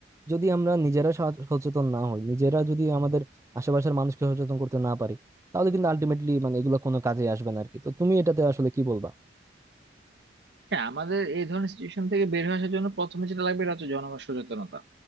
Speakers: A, on the right (about 15°); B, on the right (about 65°).
A: যদি আমরা নিজেরা সচ- সচেতন না হই নিজেরা যদি আমাদের আশেপাশের মানুষকে সচেতন করতে না পারি তাহলে কিন্তু আলটিমেটলি মানে এগুলো কোনো কাজে আসবে না আর কি তো তুমি এটাতে আসলে কি বলবা
B: হ্যাঁ আমাদের এই ধরনের সিচুয়েশন থেকে বের হয়ে আসার জন্য প্রথমে যেটা লাগবে এটা হচ্ছে জনগণ সচেতনতা